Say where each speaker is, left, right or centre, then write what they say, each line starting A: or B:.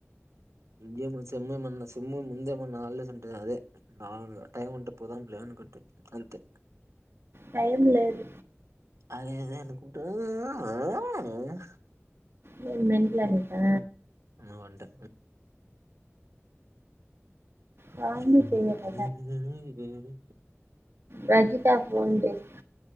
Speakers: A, on the right; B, on the right.
A: ఇదేంద్ర సెమ్ము మన్న సెమ్ము ముందే మొన్నహాలిడేస్ ఉంటే అదే బాగుండు టైమ్ ఉంటే పోదాంలే. అనుక్ అంతే అంతే
B: టైం లేదు
A: అదే అదే అనుకుంటా ఆ ఆ ఆ
B: నేను మెంటలా నీకా
A: నువ్ అంటే ఏ
B: కామెడీ
A: నీ
B: చేయకు
A: తెలీదు గాని
B: రజితా ఫోన్ చేసిం